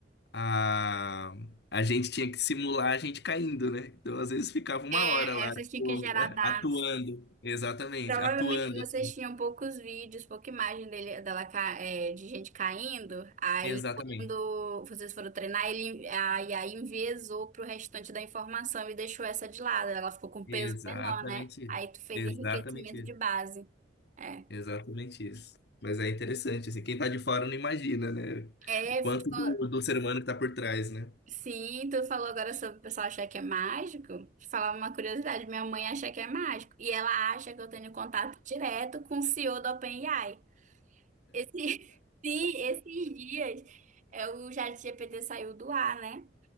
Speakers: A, on the left; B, on the right.
A: a, a gente tinha que simular a gente caindo, né? Então, às vezes, ficava uma
B: É,
A: hora lá,
B: é, vocês
A: tipo,
B: tinham que gerar
A: <laughs>
B: dados.
A: atuando. Exatamente,
B: Provavelmente
A: atuando.
B: vocês
A: assim.
B: tinham poucos vídeos, pouca imagem dele, dela, ca- é, de gente caindo. Aí,
A: Exatamente.
B: quando vocês foram treinar, ele, aí, aí enviesou pro restante da informação e deixou essa de lado. Ela ficou com peso
A: Exatamente
B: menor, né?
A: isso.
B: Aí tu fez
A: Exatamente
B: enriquecimento
A: isso.
B: de base. É.
A: Exatamente isso. Mas é interessante, assim, quem tá de fora não imagina, né?
B: É,
A: O quanto
B: tu falou-
A: do, do ser humano que tá por trás, né?
B: sim, tu falou agora sobre o pessoal achar que é mágico. Te falar uma curiosidade, minha mãe acha que é mágico. E ela acha que eu tenho contato direto com o CEO da OpenAI. Esse, <laughs> sim, esses dias é, o ChatGPT saiu do ar, né?